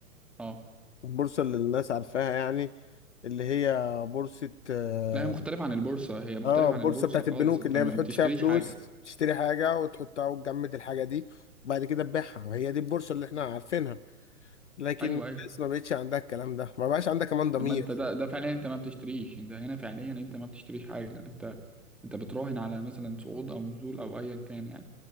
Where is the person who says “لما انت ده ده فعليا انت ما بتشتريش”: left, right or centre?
Centre